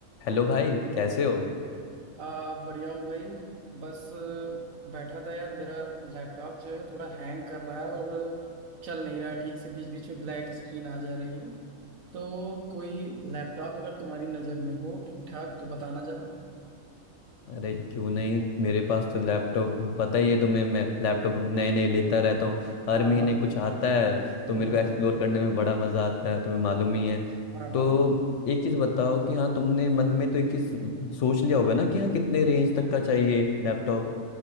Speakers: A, on the left; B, on the right.
A: Hello भाई कैसे हो
B: आ, बढ़िया हूँ भाई बस आ, बैठा था यार मेरा लैपटॉप जो है थोड़ा हैंग कर रहा है और चल नहीं रहा है ठीक से बीच बीच में ब्लैक स्क्रीन आ जा रही है तो कोई लैपटॉप अगर तुम्हारी नज़र में हो ठीक ठाक तो बताना जरा
A: अरे क्यों नहीं मेरे पास तो लैपटॉप पता ही है तुम्हें मैं लैपटॉप नए नए लेता रहता हूँ हर
B: हाँ
A: महीने
B: हाँ
A: कुछ आता है तो
B: हाँ
A: मेरे
B: हाँ
A: को एक्सप्लोर करने में बड़ा मज़ा आता है तुम्हें मालूम ही है
B: हाँ
A: तो
B: हाँ
A: एक चीज़ बताओ कि हाँ तुमने मन में तो एक चीज़ सोच लिया होगा ना कि हाँ कितने रेंज तक का चाहिए लैपटॉप